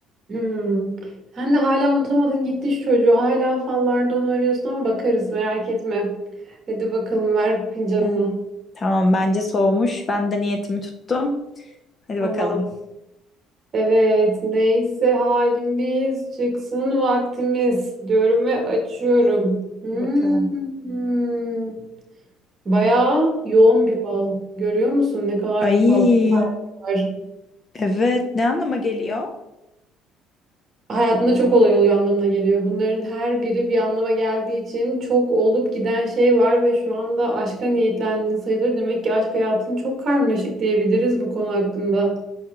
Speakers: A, on the right; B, on the left.
A: Hmm. Sen de hala unutamadın gitti şu çocuğu. Hala fallarda onu arıyorsun ama bakarız merak etme. Hadi bakalım ver fincanını.
B: Eh, tamam bence soğumuş. Ben de niyetimi tuttum. Hadi
A: Tamam.
B: bakalım.
A: Evet, neyse halimiz çıksın vaktimiz diyorum ve açıyorum. Hmm,
B: Hadi bakalım.
A: bayağı yoğun bir fal. Görüyor musun ne kadar
B: Ay.
A: fazla var?
B: Evet, ne anlama geliyor?
A: Hayatında çok olay oluyor anlamına geliyor. Bunların her biri bir anlama geldiği için çok olup giden şey var ve şu anda aşka niyetlendin sayılır. Demek ki aşk hayatın çok karmaşık diyebiliriz bu konu hakkında.